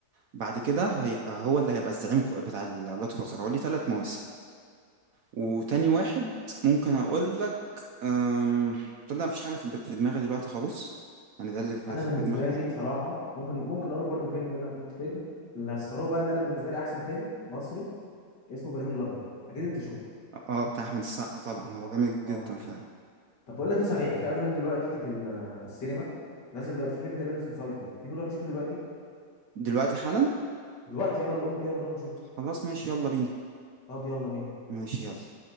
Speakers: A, on the right; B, on the left.
A: بعد كده هيبقى هو اللي هيبقى الزعيم كو- بتاع الجاد فازر هو ليه ثلاث مواسم وتاني واحد ممكن اقول لك أم... تصدق مفيش حاجه في في دماغي دلوقتي خالص يعني ده اللي في
B: انا
A: في
B: بالنسبه
A: دماغي فعلا
B: لي بصراحه ممكن ممكن اقول لك برضو فيلم بان انا كنت فيلم اللي هتستغربوا بقى ان انا بالنسبه لي احسن فيلم مصري اسمه ابراهيم الابيض اكيد انت شفته
A: اه آه، بتاع احمد السقا طبعا هو جامد
B: اه
A: جدا فعلا
B: طب بقول لك ايه صحيح في افلام دلوقتي في ال- في السينما نازل دلوقتي في فيلم تقريبا اسمه سايكو تيجي نروح نشوفه دلوقتي
A: دلوقتي حالا
B: دلوقتي يلا نقوم كده نروح نشوفه
A: خلاص ماشي يلا بينا
B: طب يلا بينا
A: ماشي يلا